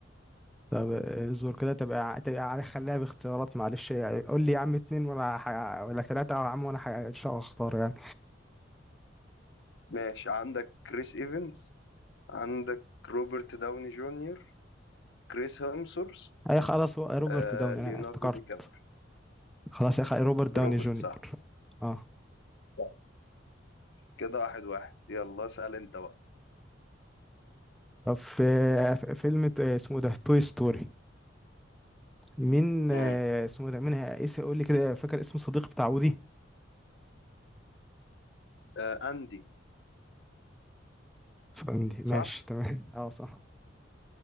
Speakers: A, in the centre; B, on the left.
A: طب اصبر كده تبقى ع- تبقى عارف خليها باختيارات معلش يعني قول لي يا عم اتنين ولا ح... ولا ثلاثة يا عم وانا ح... ان شاء الله اختار يعني
B: ماشي عندك كريس ايفنز عندك روبرت داوني جونيور كريس هيمسورث
A: اي خلاص هو روبرت
B: آه،
A: داوني
B: ليوناردو
A: انا افتكرت
B: دي كابري
A: خلاص يا اخي روبرت داوني
B: روبرت
A: جونيور
B: صح
A: اه
B: صح. كده واحد واحد يلا اسأل انت بقى
A: طب في في فيلم ت- اسمه ده توي ستوري مين آه،
B: مم.
A: اسمه ده مين اسم قول لي كده فاكر اسم الصديق بتاع ودي
B: آه اندي
A: ساندي ماشي
B: صح؟
A: تمام اه صح